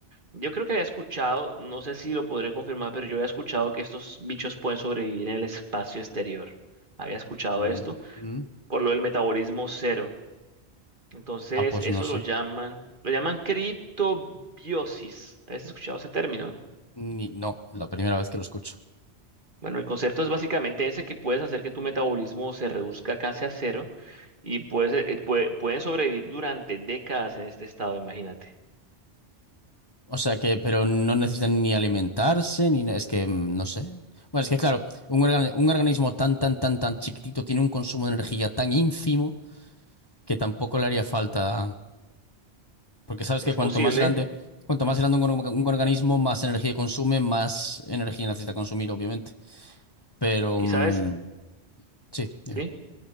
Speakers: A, on the right; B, on the left.
A: Yo creo que había escuchado, no sé si lo podré confirmar, pero yo había escuchado que estos bichos pueden sobrevivir en el espacio exterior. Había escuchado
B: Mm,
A: esto, por lo del metabolismo cero. Entonces,
B: Ah, pues
A: eso
B: no sé.
A: lo llaman, lo llaman criptobiosis. ¿Habías escuchado ese término?
B: Ni- no, la primera vez que lo escucho.
A: Bueno, el concepto es básicamente ese que puedes hacer que tu metabolismo se reduzca casi a cero y puedes, eh, pue- pueden sobrevivir durante décadas en este estado, imagínate.
B: O sea que, pero no necesitan ni alimentarse, ni na- es que mm, no sé. Bueno, es que claro, un, organ- un organismo tan, tan, tan, tan chiquitito tiene un consumo de energía tan ínfimo que tampoco le haría falta. Porque sabes
A: Es
B: que
A: posible.
B: cuanto más grande, cuanto más grande un, or- un organismo, más energía consume, más energía necesita consumir, obviamente. Pero
A: ¿Y
B: mm,
A: sabes?
B: sí, dime.
A: Sí.